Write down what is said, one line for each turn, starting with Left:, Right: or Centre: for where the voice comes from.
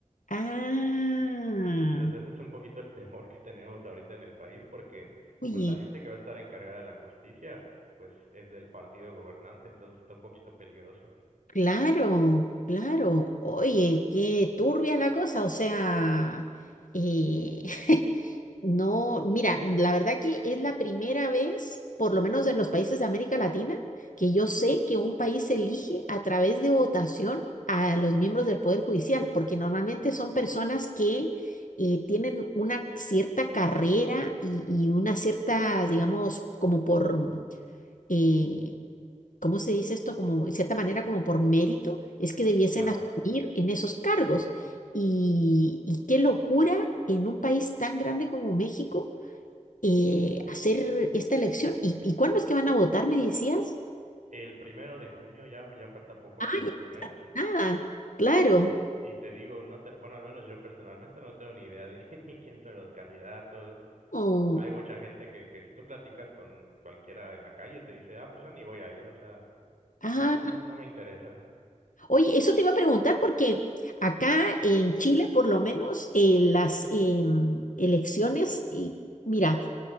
Left: Ah,
Right: Entonces, ese es un poquito el temor que tenemos ahorita en el país porque,
Left: oye.
Right: pues, la gente que va a estar encargada de la justicia, pues, es del partido gobernante, entonces está un poquito peligroso.
Left: Claro, claro. Oye, qué turbia la cosa. O sea, eh, <laughs> no, mira, la verdad que es la primera vez, por lo menos en los países de América Latina, que yo sé que un país elige a través de votación a los miembros del Poder Judicial, porque normalmente son personas que eh, tienen una cierta carrera y, y una cierta, digamos, como por... eh, ¿cómo se dice esto? Como, en cierta manera, como por mérito, es que debiesen
Right: Claro.
Left: asumir en esos cargos. Y, y qué locura en un país tan grande como México eh, hacer esta elección. ¿Y, y cuándo es que van a votar, me decías?
Right: El primero de junio ya, ya falta poco
Left: Ah,
Right: menos
Left: ya,
Right: de un mes.
Left: nada, claro.
Right: Y, y te digo, no te, bueno, al menos yo personalmente no tengo ni idea de <laughs> ni quién son los candidatos.
Left: Oh,
Right: Hay mucha gente que, que si tú platicas con cualquiera en la calle te dice, ah, pues yo ni voy a ir, o sea,
Left: ah.
Right: pues no, no, no me interesa.
Left: Oye, eso te iba a preguntar porque acá en Chile, por lo menos, eh, las em, elecciones, y mira,